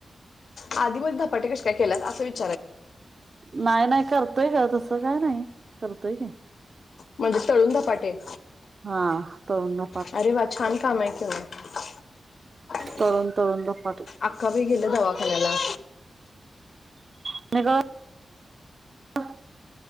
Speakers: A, on the left (about 65°); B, on the right (about 40°).
A: आधी मध्ये धपाटे कसे काय केलात असा विच
B: नाही नाही करतोय ग तसं काय नाही करतोय की,
A: म्हणजे तळून धपाटे?
B: हा तळून ध
A: अरे वा छान काम आहे की <unintelligible>
B: तळुण तळुून धपाटे.
A: अक्का बाई गेल्या दवाखान्याला.
B: <unintelligible>